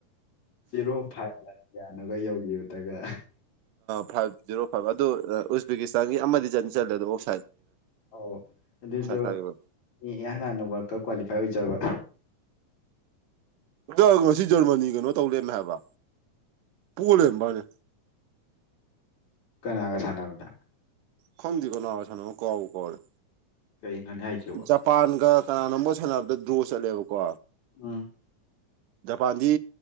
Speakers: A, on the left (about 60°); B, on the right (about 80°).
A: ꯖꯦꯔꯣ ꯐꯥꯏꯚ ꯂꯥ ꯀꯌꯥꯅꯣꯒ ꯌꯧꯒꯤꯕꯗꯒ
B: ꯐꯥꯏꯚ ꯖꯤꯔꯣ ꯐꯥꯏꯚ ꯑꯗꯨ ꯎꯖꯕꯦꯀꯤꯁꯇꯥꯟꯒꯤ ꯑꯃꯗꯤ ꯆꯠ ꯆꯜꯂꯦꯗꯣ ꯑꯣꯞ
A: ꯑꯧ ꯑꯗꯨꯖꯨ
B: ꯇꯥꯈꯤꯕ
A: ꯃꯤ ꯍꯥꯟ ꯍꯥꯟꯅ ꯋꯥꯜ ꯀꯞ ꯀ꯭ꯋꯥꯂꯤꯐꯥꯏ ꯑꯣꯏꯖꯕ
B: ꯗ ꯉꯁꯤ ꯖꯔꯃꯅꯤ ꯀꯩꯅꯣ ꯇꯧꯂꯩꯔꯝꯃꯦ ꯍꯥꯏꯕ ꯄꯣꯂꯩꯝꯕꯥꯅꯦ
A: ꯀꯅꯥꯒ ꯁꯥꯟꯅꯕꯗ
B: ꯈꯪꯗꯦ ꯀꯅꯥꯒ ꯁꯥꯅꯃꯣ ꯀꯥꯎꯕꯨ ꯀꯥꯎꯔꯦ
A: ꯀꯩꯅꯣꯅꯦ ꯍꯥꯏꯁꯤꯕꯣ
B: ꯖꯄꯥꯟꯒ ꯀꯅꯥꯅꯣꯝꯕ ꯁꯥꯟꯅꯕꯗ ꯗ꯭ꯔꯣ ꯆꯠꯂꯦꯕꯀꯣ
A: ꯎꯝ
B: ꯖꯄꯥꯟꯗꯤ